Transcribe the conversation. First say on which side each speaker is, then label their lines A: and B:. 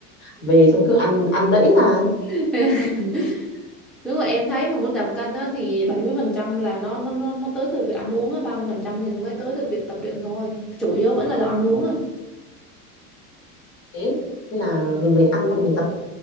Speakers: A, on the left (about 55°); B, in the centre.
A: Về xong cứ ăn ăn đẫy là
B: <laughs> Đúng rồi em thấy mà muốn giảm cân á thì 70% là nó nó nó nó tới từ việc ăn uống á, 30% thì mới tới từ việc tập luyện thôi. Chủ yếu vẫn là do ăn uống à.
A: thế. Nên là mình về ăn xong rồi mình tập